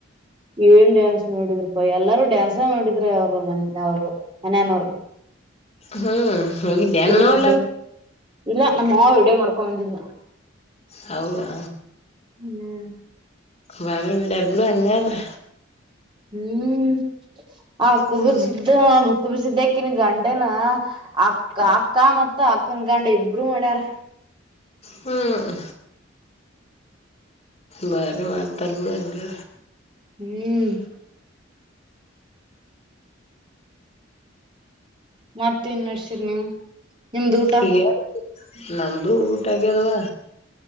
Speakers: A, on the right (about 25°); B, on the left (about 35°).
A: ಏನ್ ಡ್ಯಾನ್ಸ್ ನೋಡಿದ್ರಿ ಪಾ ಎಲ್ಲಾರೂ ಡ್ಯಾನ್ಸ ಮಾಡಿದ್ರಿ ಅವ್ರು ಮನೆ ಅವರು ಮನ್ಯನವರು
B: ಹ್ಮ್ <unintelligible>
A: ಕುಬಿಸಿದ್ದ ಇಲ್ಲ ನಮ್ಮ ಮಾವ ವಿಡಿಯೋ ಮಾಡ್ಕೊಂಡ್ ಬಂದಿದ್ದ
B: ಹೌದಾ
A: ಹ್ಮ್
B: ಬರ <unintelligible> ಬಿಡು ಹಂಗಾದ್ರ
A: ಹ್ಮ್ ಆ ಕುಬಿಸಿದ್ದ
B: ಹ್ಞೂ
A: ಕುಬಿಸಿದ್ದ್ಯಾಕನ್ ಗಂಡೆನ ಅಕ್ಕ ಅಕ್ಕ ಮತ್ತ ಅಕ್ಕಂಗಂಡ ಇಬ್ರು ಮಾಡ್ಯಾರ
B: ಹ್ಮ್ ಬಾರಿ ಮಾಡ್ತಾರೆ ಬಿಡು ಹಂಗದ್ರೆ
A: ಹ್ಮ್ಮ್ ಮತ್ತೇನ್ ನಡ್ಸಿರಿ ನೀವು ನಿಮ್ದ ಊಟ
B: <unintelligible> ನಮ್ದು ಊಟ ಆಗ್ಯದವಾ